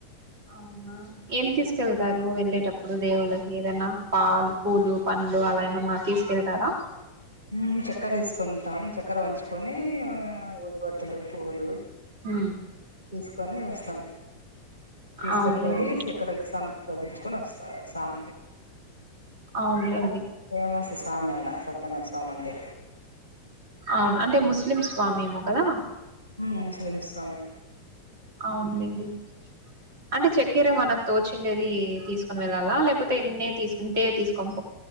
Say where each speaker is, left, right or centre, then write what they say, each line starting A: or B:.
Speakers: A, on the right; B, on the right.
A: అవునా ఏం తీసుకెళ్తారు వెళ్ళేటప్పుడు దేవుళ్ళకి ఏదైనా పాలు పూలు పండ్లు అలా ఏమన్నా తీసుకెళ్తారా
B: ఉమ్ చక్కర తీసుకుంటాం చక్కర వంచుకొని ఊదిబత్తూలు పూవ్వులు
A: హు
B: తీసుకొని వస్తాం తీసుకొని
A: అవునులేండి
B: పోయి చక్కర ఇచ్చాం చదివించుకొని వస్తా స్వామికి
A: అవునులేండి
B: అక్కడ ఫేమస్ అస్ కామెడ సత్తన్న స్వామి అంటే
A: అవును అంటే ముస్లిం స్వామి ఏమో కదా
B: ఉమ్ ముస్లిమ్స్ స్వామే
A: అవునులేండి అంటే చక్కెర మనకు తోచిండేది తీసుకొని వెళ్ళాలా లేకపోతే ఇన్నే తీసుకు ఇంతే తీసుకోన్